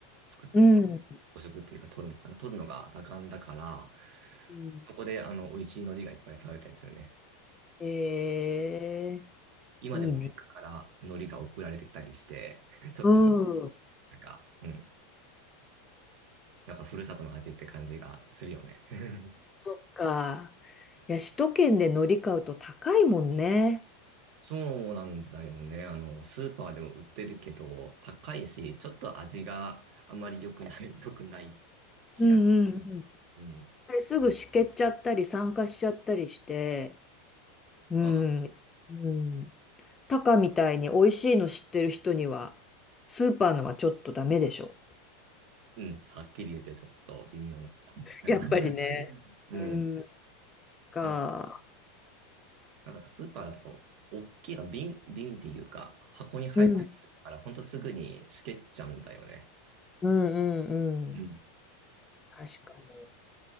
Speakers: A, on the right; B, on the left.
A: 作って
B: うん。
A: 養殖っていうか取るのかな取るのが盛んだから、
B: うん
A: そこで、あの、美味しい海苔がいっぱい食べたりするね。
B: え
A: 今でも実家から海苔が送られてきたりして、
B: ー、いいね。
A: <laughs> ちょっと、
B: うん。
A: なんか、うん、なんかふるさとの味って感じがするよね。<laughs>
B: そっか。いや、首都圏で海苔買うと高いもんね。
A: そうなんだよね。あの、スーパーでも売ってるけど、高いし、ちょっと味があまり良くない、<laughs> 良くない気がする。
B: うんうんうん。
A: うん。
B: あれすぐしけっちゃったり、酸化しちゃったりして。うん。
A: まあ、そうそう
B: うん。タカみたいに美味しいの知ってる人には、スーパーのはちょっとダメでしょ。
A: うん、はっきり言ってちょっと微妙なかな。<laughs>
B: やっぱりね。
A: うん。
B: うん、か。
A: あの、なんかスーパーだとこう、大きいあ瓶、瓶っていうか、箱に入ったりするから、
B: うん。
A: ほんとすぐにしけっちゃうんだよね。
B: うんうんうん。
A: うん。
B: 確かに。